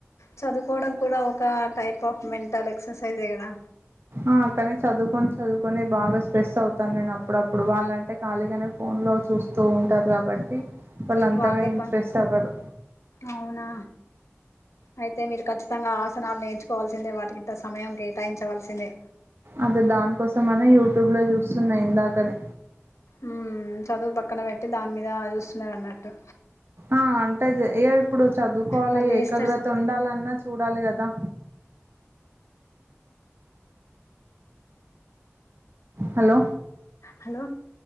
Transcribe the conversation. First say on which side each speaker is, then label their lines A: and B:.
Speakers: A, on the left; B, on the right.
A: చదువుకోవడం కూడా ఒక టైప్ ఆఫ్ మెంటల్ ఎక్సర్సైజే కదా
B: ఆ కానీ చదువుకొని చదువుకొని బాగా స్ట్రెస్ అవుతాను నేను అప్పుడప్పుడు వాళ్ళంటే ఖాళీగానే ఫోన్ లో చూస్తూ ఉంటారు కాబట్టి వాళ్ళు అంతగా
A: వాళ్ళే
B: ఏం
A: పని
B: స్ట్రెస్ అవ్వరు
A: అవునా అయితే మీరు ఖచ్చి తంగా ఆసనాలు నేర్చుకోవాల్సిందే వాటికింత సమయం కేటాయించవలసిందే
B: అదే దానికోసం అన్ యో ట్యూబ్లో చూసున్నా ఇందాకనే
A: ఉమ్ చదువు పక్కన పెట్టి దాని మీద చూస్తున్నారు అన్నట్టు
B: ఆ అంటే జ ఏ ఇప్పుడు చదువుకోవాలి
A: వాళ్ళు
B: ఏకాగ్రత
A: ఏస్తారు
B: ఉండాలన్నా చూడాలి కదా హలో
A: హలో